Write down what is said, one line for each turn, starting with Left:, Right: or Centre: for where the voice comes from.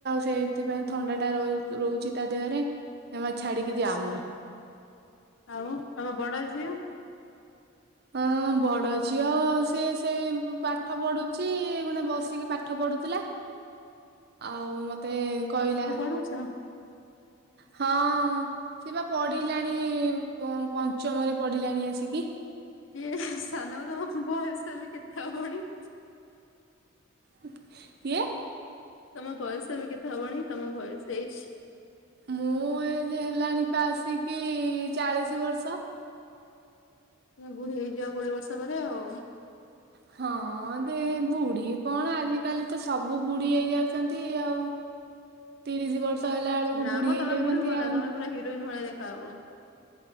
Right: ସେଇଥିପାଇଁ ଥଣ୍ଡା ଟା ର ରହୁଛି ତା ଦେହରେ। ଜମା ଛାଡିକି
Left: ଆଛା
Right: ଯାଉନି।
Left: ଆଉ ତମ ବଡ ଝିଅ?
Right: ଅଁ ବଡ ଝିଅ ସି ସେଇ ପାଠ ପଢୁଛି ଗଟେ ବସିକି ପାଠ ପାଠ ପଢୁଥିଲା, ଆଉ ମତେ କହିଲା
Left: କରୁଛ।
Right: ହଁହଁ! ସେ ବା ପଢିଲାଣି ପ ପଞ୍ଚମରେ ପଢିଲାଣି ଆସିକି।
Left: କିଏ ସାନୁ ଉଡାକୁ ବୟସ ଏବେ କେତେ ହବଣି
Right: ହୁ କିଏ!
Left: ତମ ବୟସ ଏବେ କେତେ ହବଣି? ତମ ବୟସ ଏଜ
Right: ମୁଁ ଏଜ ହେଲାଣି ପା ଆସିକି ଚାଳିଶ ବର୍ଷ।
Left: ତୁମେ ବୁଢୀ ହେଇଯିବି ଆଉ କୋଡିଏ ବର୍ଷ ପରେ ଆଉ।
Right: ହଁ ଦେ ବୁଢୀ କଣ ଆଜି କାଲି ତ ସବୁ ବୁଢୀ ହେଇଯାଉଛନ୍ତି। ଆଉ ତିରିଶ ବର୍ଷ ତହିଲା ଆଳକୁ
Left: ନା
Right: ବୁଢୀ
Left: ମ
Right: ହେଇଯାଉଛନ୍ତି
Left: ତମେ ହୁଅନା
Right: ଆଉ।
Left: ତମେ ପୁରା ହିରୋଇନ ଭଳିଆ ଦେଖା ହବ।